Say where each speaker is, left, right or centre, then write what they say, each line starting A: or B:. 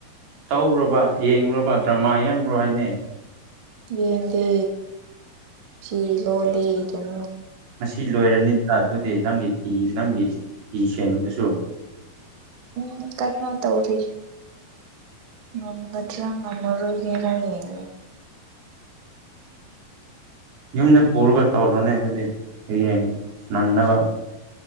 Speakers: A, on the right (about 75°); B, on the right (about 50°).
A: ꯇꯧꯔꯨꯔꯕ ꯌꯦꯡꯂꯡꯨꯔꯕ ꯗ꯭ꯔꯃꯥ ꯌꯦꯡꯕ꯭ꯔꯣ ꯍꯥꯏꯅ
B: ꯌꯦꯡꯗꯦ ꯐꯤ ꯂꯣꯜꯂꯤ ꯑꯇꯨꯝ
A: ꯉꯁꯤ ꯂꯣꯏꯔꯅꯤꯗꯅ ꯑꯗꯨꯗꯤ ꯅꯪꯒꯤ ꯐꯤ ꯅꯪꯒꯤ ꯐꯤ ꯁꯗꯨꯁꯨ
B: ꯎꯝ ꯀꯟꯅ ꯇꯧꯔꯤ ꯎꯝ ꯅꯪ ꯂꯣꯏꯔꯔꯣꯏꯒꯦꯔꯥ ꯌꯦꯟ
A: ꯌꯨꯝꯗ ꯄꯨꯔꯒ ꯇꯧꯔꯣꯅꯦ ꯑꯗꯨꯗꯤ ꯍꯌꯦꯡ ꯅꯪꯅꯕ